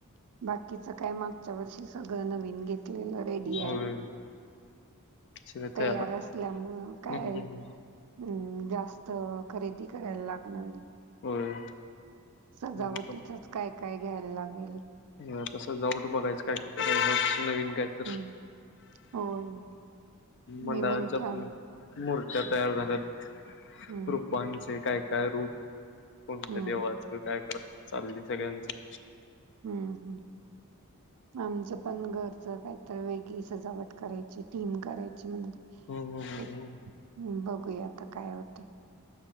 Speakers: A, on the right; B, on the left.
A: बाकीच काय मागच्या वर्षी सगळं नवीन घेत केलेल रेडी
B: होय
A: आय
B: सगळं
A: तयार
B: आहे
A: असल्यामुळ काय
B: हम्म हम्म हम्म
A: अम् जास्त खरेदी करायला लागणार नयी
B: होय
A: सजावटीचच
B: मग
A: काय काय घ्यायला लागेल
B: ह तसं जाऊन बघायचं काय वेगळा विषय नवीन काय तर?
A: हं होय.
B: मंडळांचं.
A: मी म्हणते आम
B: मोर्चा तयार झाल्यात
A: हं,
B: रुपांचे
A: हं,
B: काय, काय रूप- कोणत्या
A: हं,
B: देवाचं काय करायचं? चालू दे सगळ्यांचं.
A: हं, हं. आमचं पण घरचं काहीतर वेगळी सजावट. करायची टीम करायची म्हणजे
B: हम्म
A: बघ-
B: हम्म
A: बघते आता काय होतय.